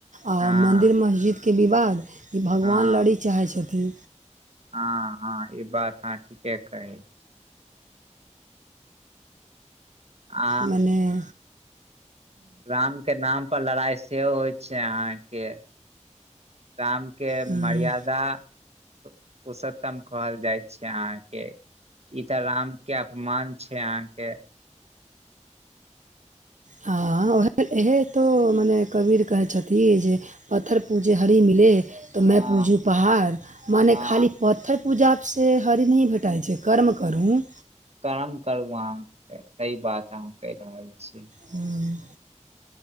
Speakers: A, on the right (about 80°); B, on the right (about 60°).
A: आ
B: हँ
A: मन्दिर मस्जिदके विवाद ई भगवान
B: हँ
A: लड़ी चाहै छथिन
B: हँ हँ ई बात अहाँ ठीके कहैय छी आ
A: मनेे
B: राम के नाम पर लड़ाइ सेहो होइ छै अहाँके राम के
A: हम्म।
B: मर्यादा पुरषोत्तम कहल जाय छै अहाँ के ई तऽ राम के अपमान छै अहाँके
A: हँ उह इएहे तो मने कबीर कहै छथिन जे पत्र पूजे हरी मिले तो मैं
B: हँ
A: पूजू पहाड़ मने
B: हँ
A: खाली पत्थर पूजाप से हरी नहीं भेट भेटये छै कर्म करू
B: कम करु अहाँ सही बात अहाँ कहि रहल छी
A: हँ